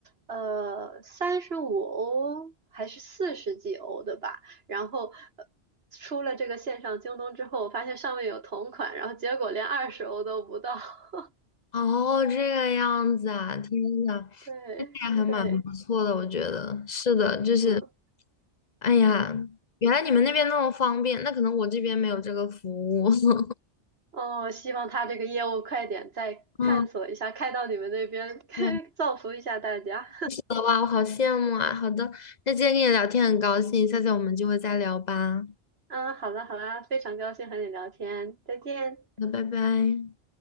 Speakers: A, on the right; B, on the left.
A: 呃，三十五欧还是四十几欧的吧。然后，呃出了这个线上京东之后，我发现上面有同款，然后结果连二十欧都不到。<laughs>
B: 哦，这个样子啊，天呐，
A: 对，
B: 也还蛮不错的，
A: 对，
B: 我觉得是的，就是，
A: 嗯，
B: 哎呀，原来你们那边那么方便，那可能我这边没有这个服务。<laughs>
A: 哦，希望他这个业务快点再探索一下，
B: 嗯，
A: 开到你们那边，
B: 对，
A: <laughs> 造福一下大家。
B: 是的，哇，我好羡慕啊。好的，那今天跟你聊天很高兴，下次我们就会再聊吧。
A: 嗯，好了好了，非常高兴和你聊天，再见。
B: 那拜拜。